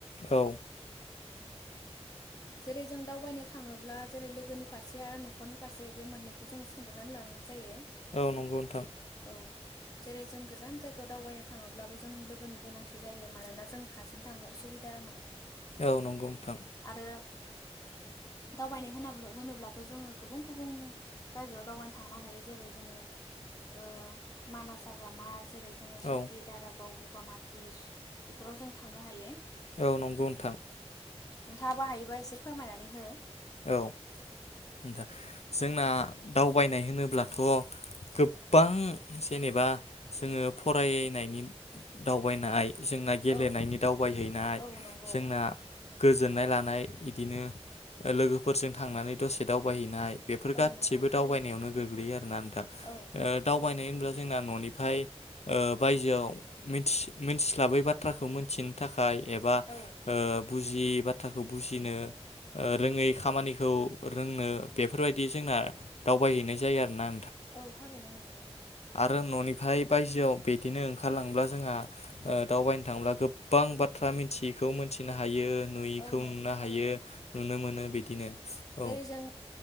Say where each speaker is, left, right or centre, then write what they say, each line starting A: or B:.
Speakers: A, on the left; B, on the left.
A: औ
B: जेरै जों दावबायनो थाङोब्ला जेरै लोगोनि फारसे आरो न खरनि फारसे बे मोननैखौ जों सोंग्रोनानै लानांगौ जायो
A: औ नंगौ नोंथां
B: औ जेरै जों गोजान जायगायाव दावबायनो थाङोब्लाबो जों लोगोनि गोनांथि जायो मानोना जों हारसिं थांनो उसुबिदा मोनो।
A: औ नंगौ नोंथां
B: आरो दावबायनाय होनना होनोब्लाथ जोंङो गुबुन गुबुन जायगायाव दावबायनो थांनो हायो जेरै जोंङो ओ मानास हाग्रामा जेरै जोंङो सुकि,
A: औ
B: दारागाव बगामाटि बेफोराव जों थांनो हायो।
A: औ नंगौ नोंथां
B: नोंथाङाबो हायोबा एसे फोरमायनानै हो
A: औ नोंथां जोंना दावबायनाय होनोब्लाथ गोबां जेनेबा जोंङो फरायनायनि दावबायनाय जोंना गेलेनायनि
B: औ
A: दावबायहैनाय
B: औ नंगौ
A: जोंना गोजोननाय लानाय इदिनो लोगोफोरजों थांनानै दसे दावबायहैनाय बेफोर
B: औ
A: गासिबो
B: नंगौ थारैनो
A: दावबायनायावनो गोग्लैयो आरोना नोंथा
B: औ
A: ओ दावबायनाय होनब्ला जोंना न'निफाय ओ बायजोआव मिथि मिथिस्लाबै बाथ्राखौ मोनथिनो था खाय एबा
B: औ
A: ओ बु जियि बाथ्राखौ बुजिनो ओ रोङै खामानिखौ रोंनो बेफोरबायदि जोंना दावबायहैनाय जायो आरोना
B: औ थारैनो नोंगौ
A: रो ननिफाय बायजोआव बेदिनो ओंखारलांब्ला जोंहा ओ दावबायनो थाङोब्ला गोबां बाथ्रा मिथियैखौ मोनथिनो हायो नुयिखौ
B: औ नंगौ
A: नुनो
B: थारैनो
A: हायो मोनो बिदिनो औ
B: जेरै जों